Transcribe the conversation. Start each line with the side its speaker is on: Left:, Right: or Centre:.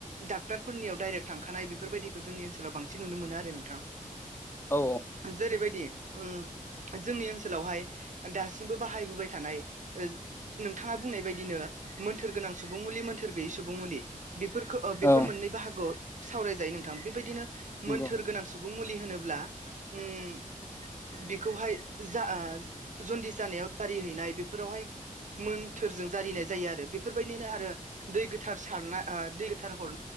Right: डाक्टारफोरनियाव डाइरेक्ट थांखानाय बेफोरबायदिखौ जोंनि ओनसोलाव बांसिन नुनो मोनो आरो नोंथां
Left: औ औ
Right: जेरैबायदि उम जोंनि ओनसोलावहाय दासिमबो बाहायबोबाय थानाय नोंथांङा बुंनाय बायदि बिदिनो मोन्थोर गोनां सुबुं मुलि मोन्थोर गैयै सुबुं मुलि बेफोरखो बेफोर
Left: औ
Right: मोननै बाहागोआव सावरायजायो नोंथां बेबायदिनो
Left: नंगौ
Right: मोन्थोर गोनां सुबुं मुलि होनोब्ला उम बेखौहाय जा जन्दिस जानायाव जारिहैनाय बेफोरावहाय मोन्थोरजों जारिनाय जायो आरो बेफोरबायदिनो आरो दै गोथार सारना ओ दै गोथार हर